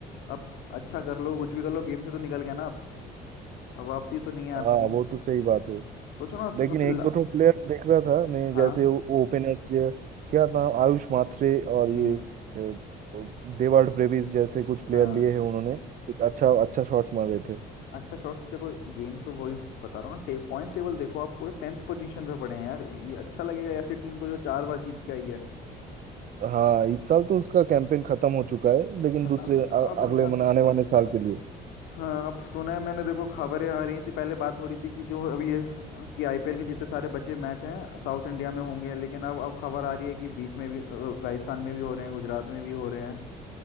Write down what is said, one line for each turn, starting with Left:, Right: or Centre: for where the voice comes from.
Left: अब अच्छा कर लो कुछ भी कर लो गेम से तो निकल गए ना आप अब वापसी तो नहीं है आपकी
Right: हाँ वो तो सही बात है
Left: सोचो ना
Right: लेकिन
Left: तो सबसे
Right: एक
Left: ला...
Right: दो ठो प्लेयर देख रहा था मैं
Left: हाँ
Right: जैसे ओपनर्स क्या नाम आयुष माथरे और
Left: हम्म
Right: ये अ, डेवाल्ड ब्रेविस जैसे कुछ प्लेयर
Left: हाँ
Right: लिए हैं उन्होंने कुछ अच्छा अच्छा शॉट्स मार रहे थे
Left: अच्छा शॉर्ट से देखो गेम तो वही बता रहा हूँ ना टे, पॉइंट्स टेबल देखो आप पूरे टेंथ पोजीशन पे पड़े हैं यार ये अच्छा लगेगा ऐसी टीम को जो चार बार जीत के आई है
Right: हाँ इस साल तो उसका कैंपेन खत्म हो चुका है लेकिन
Left: खत्म
Right: दूसरे
Left: है
Right: अ-
Left: अब नहीं
Right: अगले
Left: आ
Right: मन
Left: सकता
Right: आने वाले साल के लिए
Left: हाँ अब सुना है मैंने देखो खबरें आ रही थी पहले बात हो रही थी कि जो अभी ये स- कि आईपीएल के जितने सारे बचे मैच हैं साउथ इंडिया में होंगे लेकिन अब अब खबर आ रही है कि बीच में भी अ, राजस्थान में भी हो रहे हैं गुजरात में भी हो रहे हैं